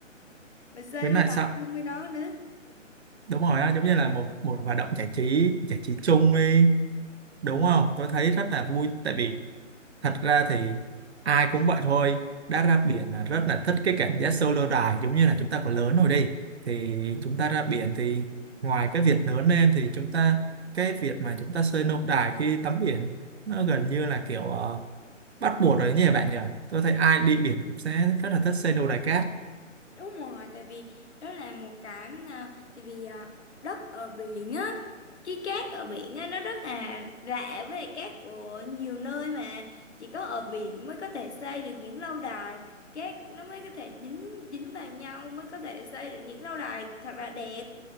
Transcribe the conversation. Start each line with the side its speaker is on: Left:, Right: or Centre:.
Left: mình chơi
Right: với
Left: đâu
Right: lại
Left: đành
Right: sao
Left: chung với nó nữa
Right: đúng rồi á, giống như là một một hoạt động giải trí giải trí chung đi đúng không tôi thấy rất là vui tại vì thật ra thì ai cũng vậy thôi đã ra biển là rất là thích cái cảm giác solo dive giống như là chúng ta còn lớn rồi đi thì chúng ta ra biển thì ngoài cái việc lớn lên thì chúng ta cái việc mà chúng ta solo dive khi tắm biển nó gần như là kiểu ờ, bắt buộc rồi nhỉ bạn nhỉ tôi thấy ai đi biển cũng sẽ rất là thích solo dive cát
Left: đúng rồi tại vì đó là một cái à, tại vì à, đất ở biển á cái cát ở biển á nó rất là lạ với lại cát của nhiều nơi mà chỉ có ở biển mới có thể xây được những lâu đài cát nó mới có thể dính dính vào nhau mới có thể xây được những lâu đài thật là đẹp